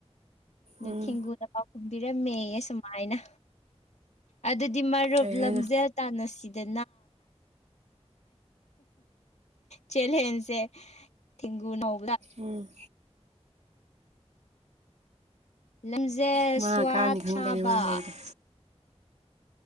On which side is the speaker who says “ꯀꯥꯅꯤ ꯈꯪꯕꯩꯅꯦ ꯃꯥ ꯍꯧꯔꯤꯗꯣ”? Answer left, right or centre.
Right